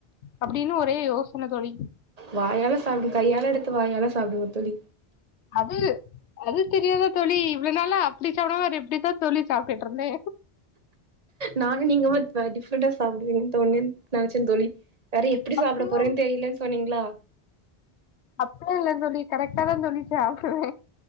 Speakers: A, on the left; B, on the right.
A: அப்படின்னு ஒரே யோசன தோழி
B: வாயால சாப்பிடு, கையால எடுத்து வாயால சாப்பிடுங்க தோழி
A: அது அது தெரியாதா தோழி இவ்ளோ நாளா அப்டி சாப்டாமா வேற எப்டிதா தோழி சாப்ட்டுட்ருந்தே
B: நானு நீங்க வ டிஃப்ரெண்ட்டா சாப்டுவீங்கனு தோழி நெனச்சே தோழி வேற எப்டி
A: அப்டிலா
B: சாப்பிட போறன்னு தெரியலனு சொன்னீங்ளா
A: அப்டிலா இல்ல தோழி கரெக்டாதா தோழி சாப்டுவே